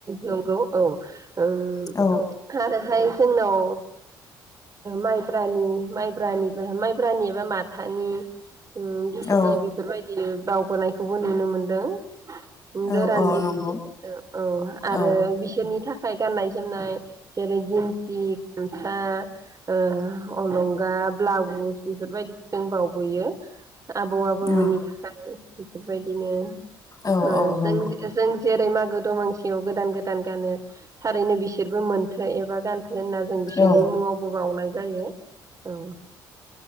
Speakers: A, on the right; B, on the left.
A: नंगौ औ ओउम
B: औ
A: खारोहाय जोंनाव माइब्रानि -माइब्रानि -माइब्रानि एबा माथानि गिबि
B: औ
A: बि बेबायदि बावबोनायखौबो नुनो मोनदों।
B: औ
A: गोरान
B: औ
A: -गिसि
B: नंगौ
A: औ आरो
B: औ
A: बिसोरनि थाखाय आखाइ गाननाय -जोमनाय जेरै गिन्सि गामसा ओ अलंगा ब्लाउस बेफोरबायदि जों बावबोयो आबौ गुबुननि
B: उम
A: थाखाय बेफोरबायदिनो
B: औ
A: ओ
B: औ नंगौ
A: जों -जि जों -जि जेरै मागो दमांसेयाव गोदान -गोदान गानो थारैनो बिसोरबो मोनथो एबा गान माथो होनना जों बिसोरनि
B: औ
A: मुङावबो बावनाय जायो औ।